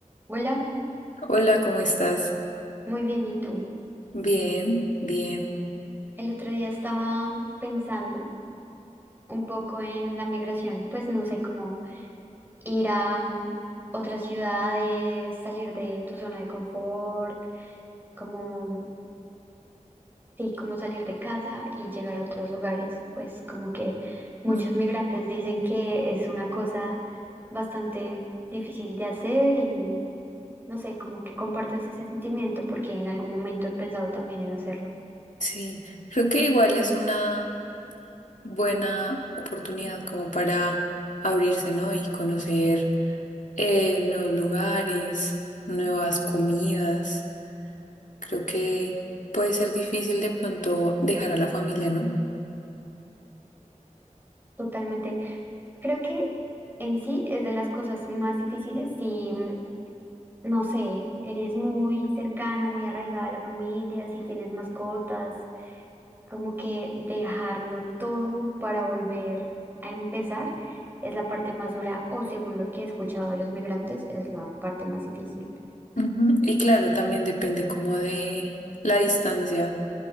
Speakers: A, on the right; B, on the left.
A: Hola,
B: Hola, ¿cómo estás?
A: muy bien, ¿y tú?
B: Bien, bien.
A: El otro día estaba pensando un poco en la migración, pues no sé cómo ir a mm, otras ciudades, salir de tu zona de confort, como, sí, como salir de casa y llegar a otros lugares, pues como que muchos
B: Mm,
A: migrantes dicen que es una cosa bastante difícil de hacer y no sé, como que comparto ese sentimiento porque en algún momento he pensado también en hacerlo.
B: Sí, creo que igual es una buena oportunidad como para abrirse, ¿no? Y conocer eh, nuevos lugares, nuevas comidas. Creo que puede ser difícil de pronto dejar a la familia, ¿no?
A: Totalmente. Creo que en sí es de las cosas más difíciles si, mm, no sé, eres muy cercana, muy arraigada a la familia, si tienes mascotas, como que dejarlo todo para volver a empezar es la parte más dura o según lo que he escuchado de los migrantes es la parte más difícil.
B: Ujú. Y claro, también depende como de la distancia,